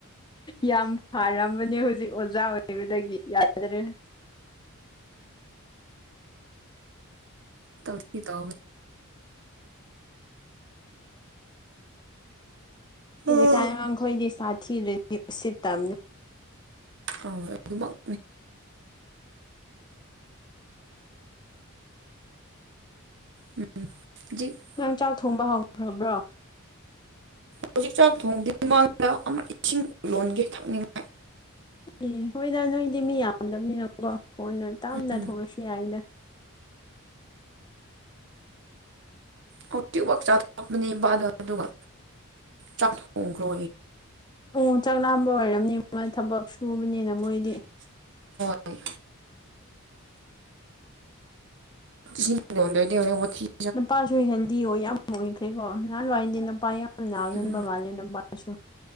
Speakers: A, on the left; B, on the right.
A: ꯌꯥꯝ ꯐꯔꯝꯕꯅꯦ ꯍꯧꯖꯤꯛ ꯑꯣꯖꯥ ꯑꯣꯏꯕꯗꯒꯤ ꯌꯥꯗꯔꯦ
B: ꯇꯧꯁꯤꯤ ꯇ
A: ꯍꯧꯖꯤꯛ
B: ꯑꯧ
A: ꯀꯥꯏ ꯑꯩꯈꯣꯏꯗꯤ ꯁꯥꯊꯤ ꯔꯦꯗꯤꯑꯣ ꯁꯤꯠꯇꯕꯅꯦ
B: ꯑ ꯑꯗꯨ <unintelligible> ꯎꯝ ꯖꯤ <unintelligible>
A: ꯅꯪ ꯆꯥꯛ ꯊꯣꯡꯕ ꯍꯧꯈ꯭ꯔꯕ꯭ꯔꯣ
B: ꯍꯧꯖꯤꯛ ꯆꯥꯛ ꯊꯣꯡꯗꯨ ꯃꯃꯥꯡꯗ ꯑꯃ ꯏꯁꯤꯡ ꯂꯣꯟꯒꯦ ꯊꯛꯅꯤꯡꯉ <unintelligible>
A: ꯑꯦ ꯍꯣꯏꯗ ꯅꯣꯏꯗꯤ ꯃꯤ ꯌꯥꯝꯗꯕꯅꯤꯅꯀꯣ ꯀꯣꯟꯅ ꯇꯥꯝꯅ
B: ꯎꯝ
A: ꯊꯣꯛꯂꯁꯨ ꯌꯥꯏꯅꯦ
B: ꯍꯧꯇꯤꯕ ꯆꯥꯊꯣꯔꯛꯄꯅꯦ ꯏꯄꯥꯗ ꯑꯗꯨꯒ ꯆꯥꯛꯊꯣꯡꯈ꯭ꯔꯣ
A: ꯎ ꯆꯥꯛ ꯂꯥꯝꯕ ꯑꯣꯏꯔꯝꯅꯤ ꯃꯣꯏ ꯊꯕꯛ ꯁꯨꯕꯅꯤꯅ ꯃꯣꯏꯗꯤ
B: ꯍꯣꯏ ꯁꯤ ꯀꯣꯗꯗꯤ ꯍꯧꯅꯦ ꯄꯊꯤ <unintelligible>
A: ꯅꯨꯄꯥꯁꯨ ꯍꯦꯜꯗꯤ ꯑꯣꯏ ꯌꯥꯝ ꯑꯣꯏꯈ꯭ꯔꯦꯀꯣ ꯅꯍꯥꯟꯋꯥꯏꯗꯤ ꯅꯨꯄꯥ ꯌꯥꯝ ꯅꯥꯒꯟꯕ
B: ꯎꯝ
A: ꯃꯥꯜꯂꯦ ꯅꯨꯄꯥꯁꯨ <unintelligible>